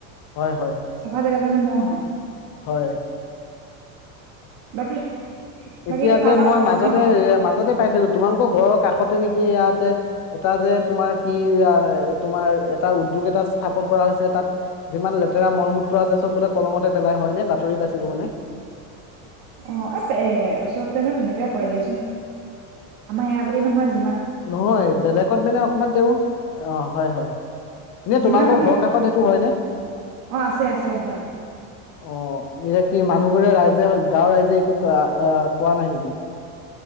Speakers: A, on the left; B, on the right.
A: হয়-হয়।
B: চাফা জেগা জানো মহ হয়।
A: হয়।
B: বাকী বাকী
A: এতিয়া
B: চাহ
A: যে
B: তাহ
A: মই মাজতে এ মাজতে পাইছিলো তোমালোকৰ ঘৰৰ কাষ তে নেকি ইয়াতে এটা যে তোমাৰ কি তোমাৰ এটা উদ্যোগ এটা আছে স্থাপন কৰা হৈছে, তাত যিমান লেতেৰা মল মূত্ৰ আছে চব বোলে কলঙতে পেলাই হয় নে বাতৰিত পাইছিলো মানে।
B: অ-অ এ চব পন তেনেকাই কৰে দিয়াচোন আমাৰ ইয়া বুলি নহয় যে,
A: নহয় বেলেগত মানে অকমান তেওঁ অহ হয়-হয় এনে
B: যিমান
A: তোমালোকৰ
B: মানে
A: ঘৰ কাষত সেইটো হয়নে?
B: অ আছে আছে হয়
A: অ' এয়া কি মানুহবোৰে ৰাইজে গাঁৱৰ ৰাইজে একো অহ কোৱা নাই নেকি?